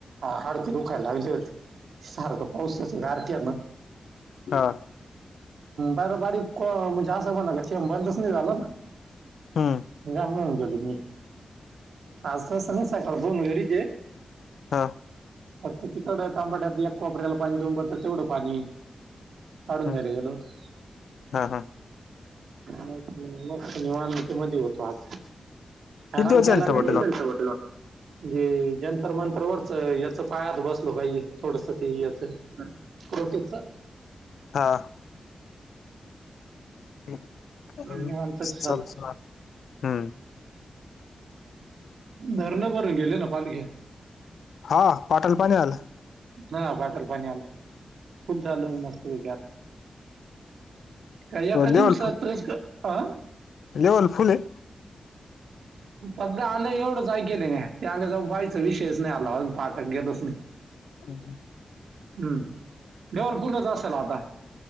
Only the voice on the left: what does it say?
हा.
हम्म.
हा
हम्म
हा हा
किती
दिवस
झाले टमाटे
लावून?
हा. <unintelligible>
चालूच राहतं हम्म.
हा पाटाला पाणी आलं
लेवल
लेवल फुल आहे.
हम्मं-हम्मं.